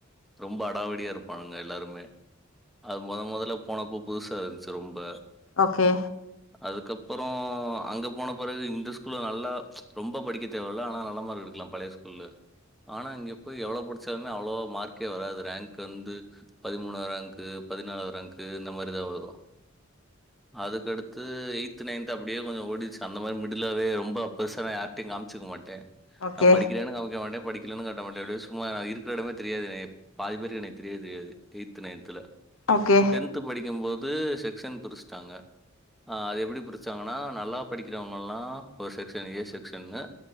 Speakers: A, in the centre; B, on the left.
A: ரொம்ப அடாவடியா இருப்பானுங்க எல்லாருமே அது மொத மொதல போனப்ப புதுசா இருந்துச்சு ரொம்ப
B: ஓகே
A: அதுக்கப்பறோ அங்க போன பெறகு இந்த ஸ்கூல்ல நல்லா ரொம்ப படிக்க தேவல்ல ஆனா நல்ல மார்க் எடுக்கலா பழைய ஸ் இல்ல ஆனா இங்க போய் எவ்வளோ படிச்சாலுமே அவ்வளவோ மார்க்கே வராது ரேங்க் வந்து பதிமூணா ரேங்க்கு பதினாலா ரேங்க்கு இந்த மாரிதா வரு அதுக்கடுத்து எய்த்து நைன்த் அப்டியே கொஞ்சோ ஓடிடுச்சு அந்த மாரி மிடில்லாவே ரொம்ப பெருசால்லா யார் டயு காம்ச்சுக்க மாட்ட
B: ஓகே
A: நா படிக்கிறேன்னு காமிக்க மாட்ட படிக் இல்லன்னு காட்ட மாட்ட அப்டியே சும்மா இருக்கிற எடமே தெரியாது என் பாதி பேருக்கு என்ன தெரியவே தெரியாது எய்த்து நைன்த்துல
B: ஓகே
A: பத்து படிக்கும்போது செக்க்ஷன் பிரிச்சுட்டாங்க ஆ அது எப்டி பிரிச்சாங்கன்னா நல்லா படிக்கிறவங்கல்லா ஒரு செக்க்ஷன் ஏ செக்க்ஷன்னு